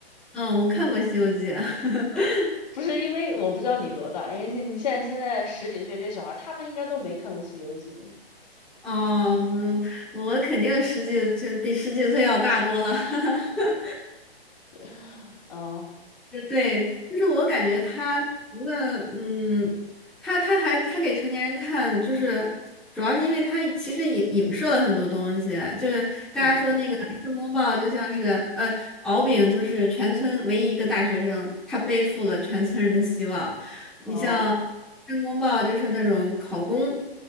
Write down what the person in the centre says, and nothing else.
嗯，我看过《西游记》<laughs>
哦，嗯，我肯定十几，岁比十几岁要大多了。<laughs>
对，就是我感觉他除了嗯，他他还他给成年人看，就是主要是因为他其实影影射了很多东西，就是大家说那个申公豹就像是呃敖丙就是全村唯一一个大学生，
他背负了全村人的希望。你像
申公豹就是那种考公，